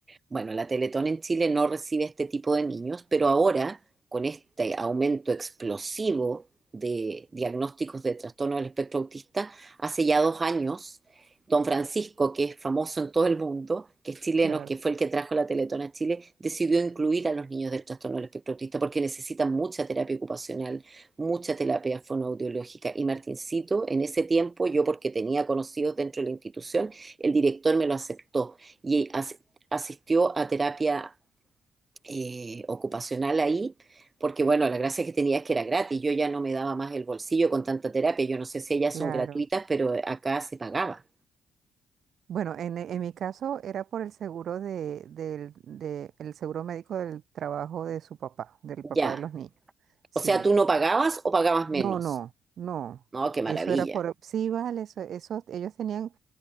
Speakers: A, on the right; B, on the right.
A: Bueno, la Teletón en Chile no recibe este tipo de niños, pero ahora, con este aumento explosivo de diagnósticos de trastorno del espectro autista, hace ya dos años, don Francisco, que es famoso en todo el mundo, que es chileno,
B: claro,
A: que fue el que trajo la Teletón a Chile, decidió incluir a los niños del trastorno del espectro autista porque necesitan mucha terapia ocupacional, mucha terapia fonoaudiológica. Y Martincito, en ese tiempo, yo porque tenía conocidos dentro de la institución, el director me lo aceptó. Y asistió a terapia eh, ocupacional ahí, porque bueno, la gracia que tenía es que era gratis, yo ya no me daba más el bolsillo con tanta terapia, yo no sé si ellas
B: claro.
A: son gratuitas, pero acá se pagaba,
B: Bueno, en, en mi caso era por el seguro de, del, de- el seguro médico del trabajo de su papá, del papá
A: ya.
B: de los niños. Sí.
A: O sea, ¿tú no pagabas o pagabas
B: No,
A: menos?
B: no, no.
A: No, qué maravilla.
B: Eso era por, sí, vale, eso, eso, ellos tenían,